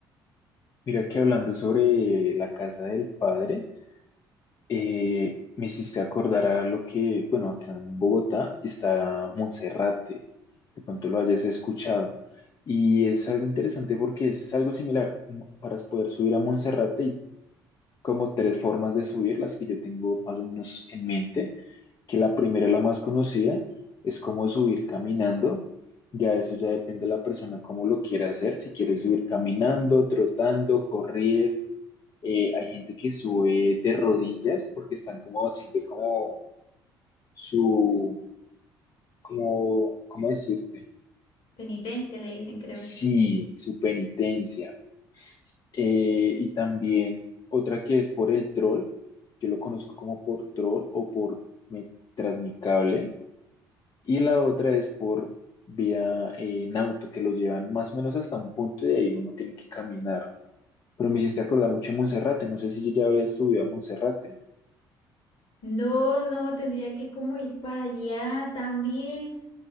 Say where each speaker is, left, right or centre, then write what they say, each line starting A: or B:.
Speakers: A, on the left (about 35°); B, on the left (about 60°).
A: Mira que hablando sobre la casa del padre, eh, me hiciste acordar a lo que, bueno, acá en Bogotá está Monserrate, de pronto lo hayas escuchado. Y es algo interesante porque es algo similar. Para poder subir a Monserrate y como tres formas de subir, las que yo tengo más o menos en mente, que la primera, la más conocida, es como subir caminando. Ya eso ya depende de la persona cómo lo quiera hacer, si quiere subir caminando, trotando, correr. Eh, hay gente que sube de rodillas porque están como, sirve como su, como, ¿cómo decirte?
B: Penitencia le dicen, creo.
A: Sí, su penitencia. Eh, y también otra que es por el troll, yo lo conozco como por troll o por me- tras mi cable, y la otra es por vía eh, en auto, que lo llevan más o menos hasta un punto y de ahí uno tiene que caminar. Pero me hiciste acordar mucho de Monserrate, no sé si ya había subido a Monserrate.
B: No, no, tendría que como ir para allá también